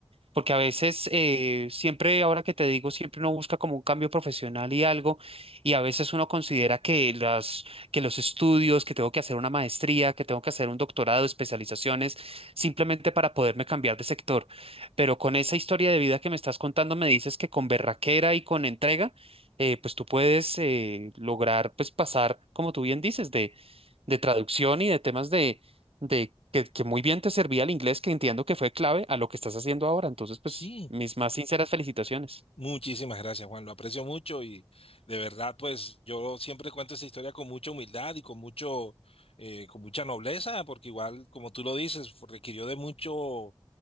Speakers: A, on the right; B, on the left.
A: Porque a veces, eh, siempre, ahora que te digo, siempre uno busca como un cambio profesional y algo, y a veces uno considera que las, que los estudios, que tengo que hacer una maestría, que tengo que hacer un doctorado, especializaciones, simplemente para poderme cambiar de sector. Pero con esa historia de vida que me estás contando, me dices que con berraquera y con entrega, eh, pues tú puedes eh, lograr, pues pasar, como tú bien dices, de, de traducción y de temas de que, que muy bien te servía el inglés, que entiendo que fue clave a lo que estás haciendo ahora. Entonces, pues,
B: Sí.
A: mis más sinceras felicitaciones.
B: Muchísimas gracias, Juan. Lo aprecio mucho y de verdad, pues yo siempre cuento esa historia con mucha humildad y con mucho, eh, con mucha nobleza, porque igual, como tú lo dices, requirió de mucho